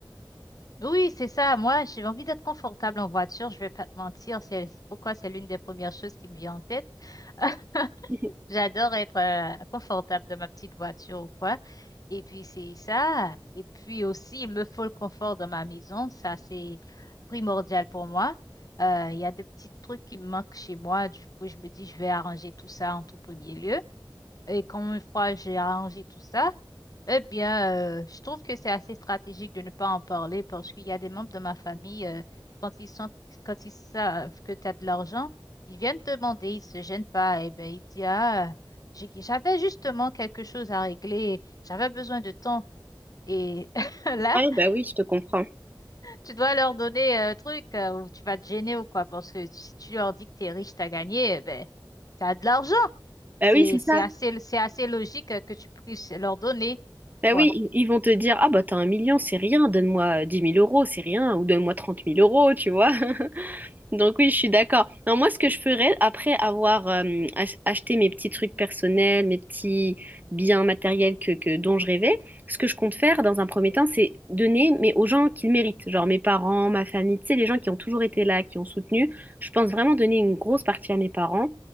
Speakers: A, on the left; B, on the right.
A: Oui, c'est ça. Moi, j'ai envie d'être confortable en voiture. Je vais pas te mentir. C'est pourquoi c'est l'une des premières choses qui me vient en tête. <laughs>
B: <laughs>
A: J'adore être euh, confortable dans ma petite voiture ou quoi. Et puis c'est ça. Et puis aussi, il me faut le confort dans ma maison. Ça, c'est primordial pour moi. Euh, Il y a des petits trucs qui me manquent chez moi. Du coup, je me dis, je vais arranger tout ça en tout premier lieu. Et quand une fois j'ai arrangé tout ça, eh bien, euh, je trouve que c'est assez stratégique de ne pas en parler parce qu'il y a des membres de ma famille, euh, quand ils sont, quand ils savent que tu as de l'argent, ils viennent te demander, ils se gênent pas. Et ben, ils disent, ah, j'ai- j'avais justement quelque chose à régler, j'avais besoin de temps. Et <laughs> là,
B: Ouais, bah oui, je te comprends.
A: tu dois leur donner un truc euh, ou tu vas te gêner ou quoi parce que si tu leur dis que t'es riche, t'as gagné, eh ben, t'as de l'argent.
B: Bah
A: C'est,
B: oui, c'est
A: c'est
B: ça.
A: assez, c'est assez logique euh, que tu puisses leur donner.
B: Bah
A: quoi.
B: oui, ils ils vont te dire, ah bah t'as un million, c'est rien, donne-moi dix mille euros, c'est rien, ou donne-moi trente mille euros, tu vois. <laughs> Donc oui, je suis d'accord. Non, moi, ce que je ferais après avoir euh, ach- acheté mes petits trucs personnels, mes petits biens matériels que, que- dont je rêvais, ce que je compte faire dans un premier temps, c'est donner mais aux gens qui le méritent, genre mes parents, ma famille, tu sais, les gens qui ont toujours été là, qui ont soutenu. Je pense vraiment donner une grosse partie à mes parents